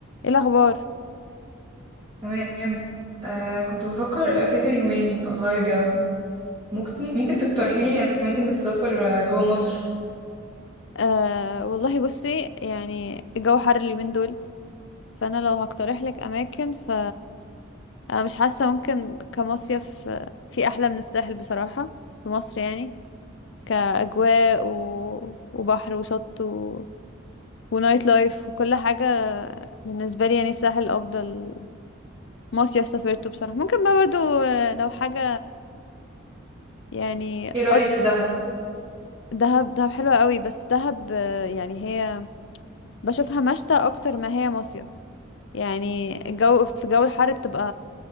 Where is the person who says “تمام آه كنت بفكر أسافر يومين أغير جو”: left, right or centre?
Right